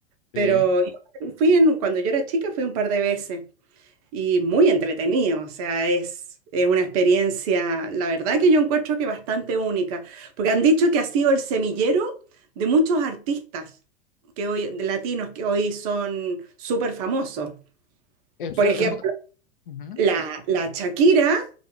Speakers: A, on the right; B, on the left.
A: Pero
B: Sí.
A: yo fui en, cuando yo era chica fui un par de veces y muy entretenido, o sea, es, es una experiencia, la verdad que yo encuentro que bastante única, porque han dicho que ha sido el semillero de muchos artistas que hoy, de latinos que hoy son súper famosos.
B: Eso
A: Por ejemplo,
B: es una- ujú.
A: la, la Shakira